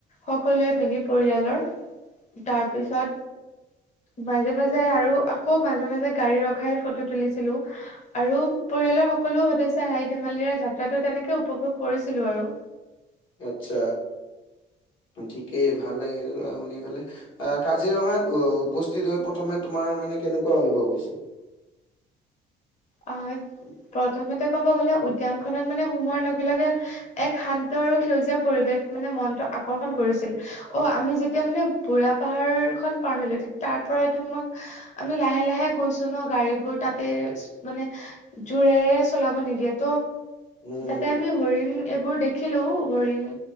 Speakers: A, on the left; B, on the left.
A: সকলোৱে মিলি পৰিয়ালৰ তাৰপিছত মাজে মাজে আৰু আকৌ মাজে মাজে গাড়ী ৰখাই ফটো তুলিছিলো আৰু পৰিয়ালৰ সকলো সদস্যই হাঁহি ধেমালি যাত্ৰাটো তেনেকে উপভোগ কৰিছিলো আৰু
B: আচ্ছা ঠিকেই ভাল লাগিল শুনি পেলাই আহ কাজিৰঙাত উপস্থিত হৈ প্ৰথমে তোমাৰ মানে কেনেকুৱা অনুভৱ হৈছিল
A: অ প্ৰথমতে ক'ব গ'লে উদ্যান খনত মানে সোমোৱাৰ লগে লগে এক শান্ত আৰু সেউজীয়া পৰিৱেশ মানে মনটো আকৰ্ষণ কৰিছিল অ আমি যেতিয়া মানে বুঢ়া পাহাৰ খন পাৰ হলো তাৰ পৰাইটো আমাক আমি লাহে লাহে গৈছো ন গাড়ীবোৰ তাতে মানে জোৰেৰে চলাব নিদিয়ে ত'
B: উম
A: তাতে
B: হম
A: আমি হৰিণ এইবোৰ দেখিলো হৰিণ